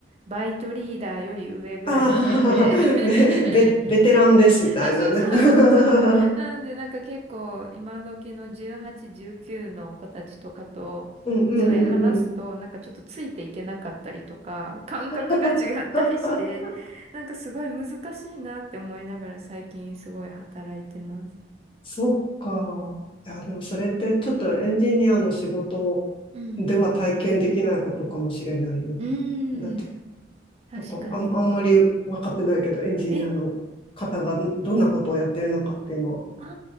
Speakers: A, on the right (about 35°); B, on the left (about 30°).
A: う、バイトリーダーより上ぐらいの年齢。
B: ああ、
A: <laughs>
B: <laughs> ねベ、ベテランですみたいなね。
A: あ、そうそうそうそうそう。
B: <laughs>
A: なんでなんか結構、今時の18、19の子たちとかと、
B: うんうんうんうん。
A: そうや話すと、なんかちょっとついていけなかったりとか、感覚が違ったりして、
B: <laughs>
A: なんかすごい難しいなって思いながら最近すごい働いてます。
B: そっか。いや、でもそれってちょっとエンジニアの仕事
A: うん。
B: では体験できないことかもしれないね。
A: うーん。
B: だって
A: 確かに。
B: とかあん、あんまり分かってないけど、エンジニアの方がどんなことをやってるのかっていうのは。
A: え、あー、